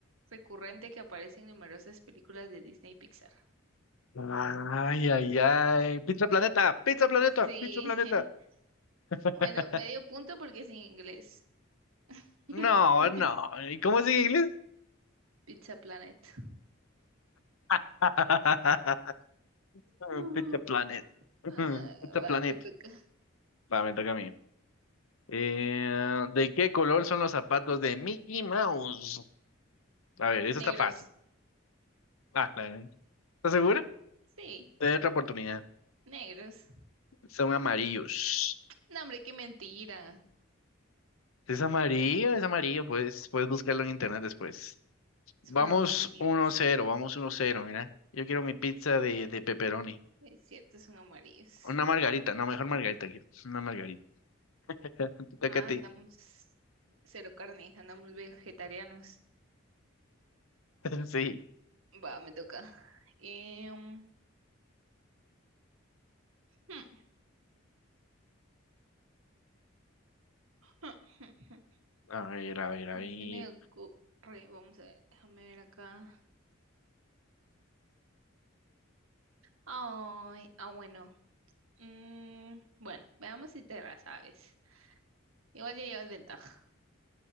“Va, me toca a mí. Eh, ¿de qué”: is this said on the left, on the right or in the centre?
Left